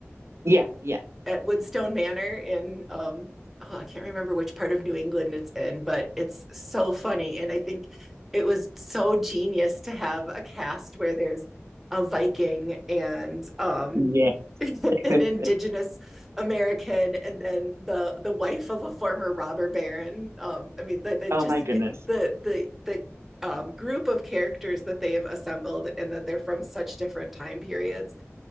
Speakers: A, on the right; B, in the centre.
A: Yeah, yeah.
B: at Woodstone Manor in um oh, I can't remember which part of New England it's in, but it's so funny. And I think it was so genius to have a cast where there's a Viking and um
A: Yeah.
B: <laughs> an
A: <laughs>
B: indigenous American and then the the wife of a former robber baron. Um I mean that the just
A: Oh my goodness.
B: it, the the the um, group of characters that they have assembled and that they're from such different time periods